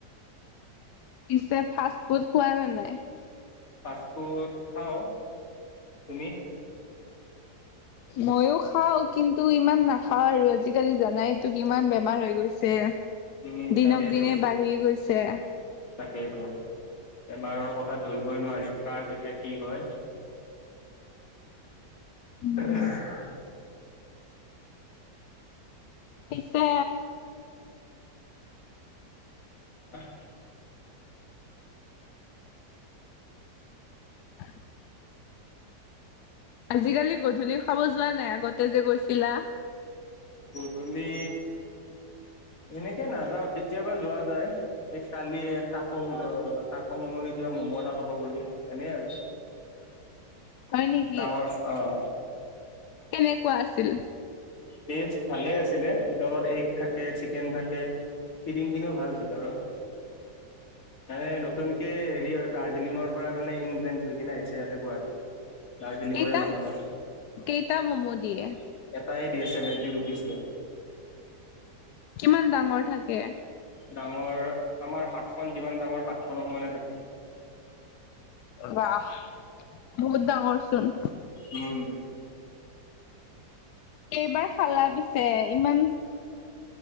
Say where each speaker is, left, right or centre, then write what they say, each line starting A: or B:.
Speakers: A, on the left; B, on the left.
A: পিছে ফাষ্টফুড খোৱানে নাই?
B: ফাষ্টফুড খাওঁ, তুমি?
A: ময়ো খাওঁ, কিন্তু ইমান নাখাওঁ আৰু আজিকালি জানাই তো কিমান বেমাৰ হৈ গৈছে
B: উম,
A: দিনক
B: তাকেইতো
A: দিনে বাঢ়ি গৈছে।
B: তাকেইতো, বেমাৰৰ কথা ধৰিবই নোৱাৰি, কাৰ কেতিয়া কি হয়!
A: <inaudible>
B: <unintelligible>
A: উম পিছে
B: <unintelligible>
A: <inaudible> আজিকালি গধূলি খাব যোৱা নাই, আগতে যে গৈছিলা?
B: গধূলি এনেকে নাযাওঁ কেতিয়াবা যোৱা যায়। এই কালি তাকো অ' তাকোমনি কিবা ম'ম' এটা খাব গ'লো, এনেই আৰু
A: <inaudible> হয় নেকি
B: ডাঙৰ অ'
A: কেনেকুৱা আছিল?
B: টেষ্ট ভালেই আছিলে, ভিতৰত এগ থাকে, চিকেন থাকে। ফিডিংখিনিও ভাল ভিতৰৰ। মানে, নতুনকে হেৰি আৰু দাৰ্জিলিঙৰ পৰা মানে ইনভেণ্ট থৈ কিনে আহিছে ইয়াতে গুৱাহাটীত। দাৰ্জিলিঙৰে
A: কেইটা
B: মানুহ হয়।
A: কেইটা ম'ম' দিয়ে
B: এটাই নাইটি ৰুপিচ লয়।
A: কিমান ডাঙৰ থাকে?
B: ডাঙৰ, আমাৰ হাতখন যিমান ডাঙৰ হাতখনৰ সমানে থাকে।
A: বাহ, বহুত ডাঙৰচোন।
B: উম
A: কেইবাৰ খালা পিছে ইমান